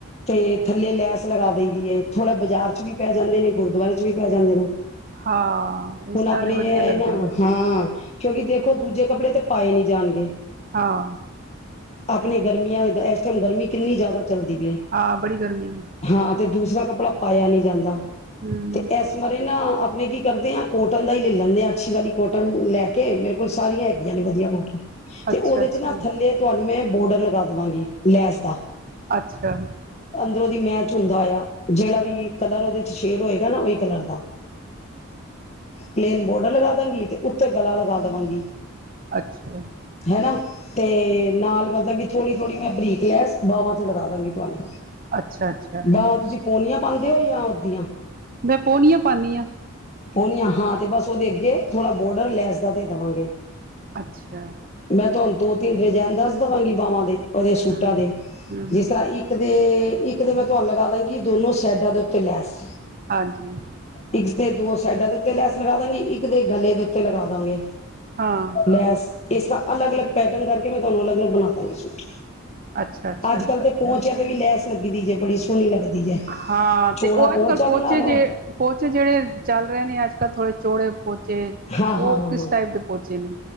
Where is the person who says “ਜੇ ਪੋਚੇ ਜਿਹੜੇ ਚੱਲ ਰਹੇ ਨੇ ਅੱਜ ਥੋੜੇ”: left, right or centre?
Right